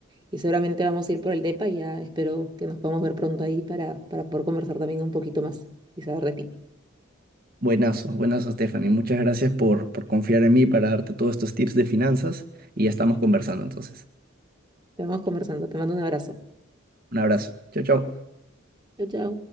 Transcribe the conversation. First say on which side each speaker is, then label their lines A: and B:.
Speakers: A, on the right (about 20°); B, on the right (about 45°).
A: Y seguramente vamos a ir por el DEPA y ya espero que nos podamos ver pronto ahí para, para poder conversar también un poquito más y saber de ti.
B: Buenazo, buenazo Stephanie, muchas gracias por, por confiar en mí para darte todos estos tips de finanzas y ya estamos conversando entonces.
A: Te vamos conversando. Te mando un abrazo.
B: Un abrazo, chao, chao.
A: Chao, chao.